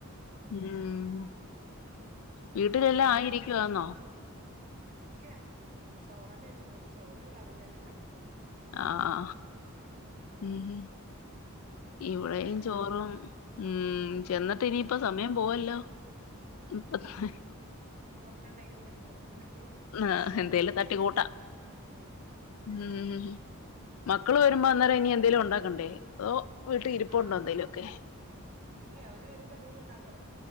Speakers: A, on the left; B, on the right.
A: ഉം വീട്ടിലെല്ലാം ആയിരിക്കുവാന്നോ
B: ഇല്ല്യ ചോറെന്നെ വെച്ചിട്ടൊ ചോറ് ഒരു ക റിം തന്നേ ഉണ്ടാക്കിയിട്ടുള്ളു.
A: ആ ആ ഉം ഉം ഇവിടെയും
B: ഇനി ബാക്കി
A: ചോറും
B: ചെന്നിട്ട്
A: ഉം ചെന്നിട്ട് ഇനിയിപ്പം സമയം പോവല്ലോ ഇപ്പ <unintelligible>
B: മൊട്ട എന്തെങ്കിലും പൊരിക്കണം <unintelligible>
A: ആ
B: നടക്കൂല
A: എന്തേലും തട്ടിക്കൂട്ട
B: ആഹ്
A: ഉം മക്കള് വരുമ്പോ അന്നേരം ഇനി എന്തേലും ഉണ്ടാക്കണ്ടേ. അതോ വീട്ടിൽ ഇരിപ്പുണ്ടോ
B: ആ
A: എന്തേലുമൊക്കെ
B: ഇല്ല അവര് വരുമ്പോ എന്തെങ്കും ഉണ്ടാക്കണം